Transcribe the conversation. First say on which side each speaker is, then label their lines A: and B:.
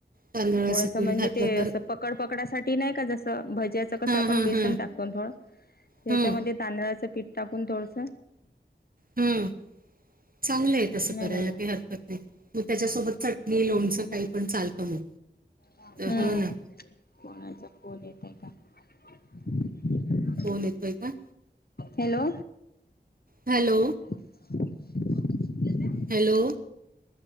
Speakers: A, on the right; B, on the left.
A: तांदळाचं
B: थोडस
A: पीठ
B: म्हणजे
A: घातलं
B: ते
A: तर
B: असं पकड पकडासाठी नाही का जसं भज्याचं कसं
A: हां,
B: आपण
A: हां,
B: बेसन
A: हां.
B: टाकतो. पण थोड त्याच्यामध्ये
A: हं,
B: तांदळाचं पीठ टाकून थोडस
A: हम्म, चांगलं आहे तसं
B: नाही
A: करायला
B: ना
A: काही हरकत नाही. मग त्याच्यासोबत चटणी लोणचं
B: हम्म
A: काही पण चालतं मग.
B: हम्म,
A: हो ना.
B: कोणाचा फोल येतोय काय माहीत.
A: फोन येतोय का?
B: हॅलो.
A: हॅलो.
B: हा <inaudible>
A: हॅलो.